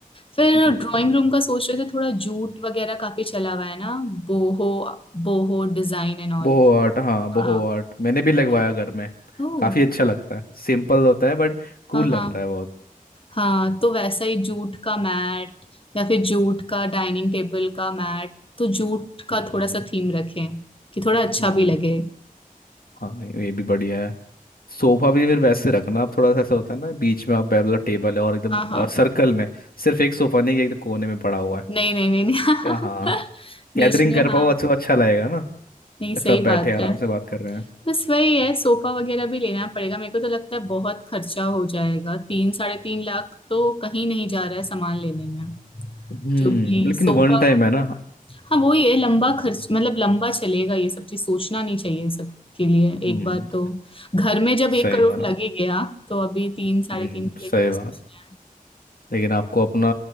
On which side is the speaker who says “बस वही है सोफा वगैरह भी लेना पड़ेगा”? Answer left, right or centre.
Left